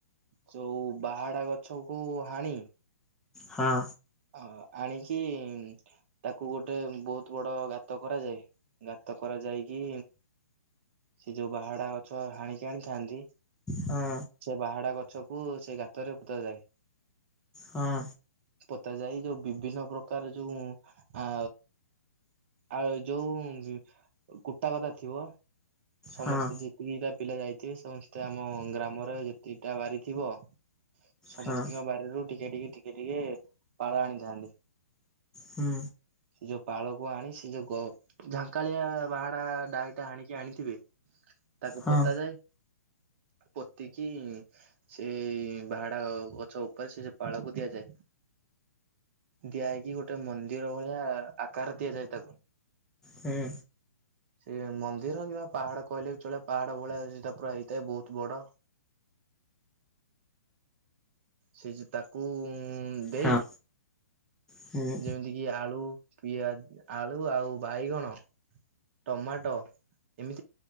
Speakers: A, on the right; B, in the centre.
A: ଯୋଉ ବାହାଡା ଗଛ କୁ ହାଣି
B: ହଁ
A: ଅ ଆଣିକି ତାକୁ ଗୋଟେ ବହୁତ ବଡ ଗାତ କରାଯାଏ ଗାତ କରାଯାଇକି ସେ ଯୋଉ ବାହାଡା ଗଛ ହାଣିକି ଆଣିଥାନ୍ତି
B: ହଁ
A: ସେ ବାହାଡା ଗଛକୁ ସେ ଗାତରେ ପୋତା ଯାଏ
B: ହଁ
A: ପୋତା ଯାଇ ଯୋଉ ବିଭିନ୍ନ ପ୍ରକାର ଯୋଉ ଆ ଆଉ ଯୋଉ କୁଟା ଗଦା ଥିବ। ସମସ୍ତେ
B: ହଁ
A: ଯେତିକିଟା ପିଲା ଯାଇଥିବେ ସମସ୍ତେ ଆମ ଗ୍ରାମରେ ଯେତିକିଟା ବାରି ଥିବ ସମସ୍ତଙ୍କ
B: ହଁ
A: ବାରିରୁ ଟିକେ ଟିକେ ଟିକେ ଟିକେ ପାଳ ଆଣିଥାନ୍ତି
B: ହୁଁ
A: ଯୋଉ ପାଳକୁ ଆଣି ସେ ଯୋଉ ଗ ଝାଙ୍କାଳିଆ ବାହାଡା ଡାଳିଟା ହାଣିକି ଆଣି ିବେ ତାକୁ
B: ହଁ
A: ପୋତା ଯାଏ ପୋତିକି ସେ ବାହାଡା ଗଛ ଉପରେ ସେ ପାଳକୁ ଦିଆଯାଏ ଦିଆଇକି ଗୋଟେ ମନ୍ଦିର ଭଳିଆ ଆକାର ଦିଆଯାଏ ତାକୁ
B: ହୁଁ
A: ସେ ମନ୍ଦିର ପାହାଡ କହିଲେ ବି ଚଳେ ପାହାଡ ଭଳିଆ ସେଟା ପୁରା ହେଇଥାଏ ବହୁତ ବଡ ସେ ଯଉ ତାକୁ ଦେଇ
B: ହଁ ହୁଁ
A: ଯେମିତି କିି ଆଳୁ ପିଆଜ ଆଳୁ ଆଉ ବାଇଗଣ ଟମାଟୋ ଏମି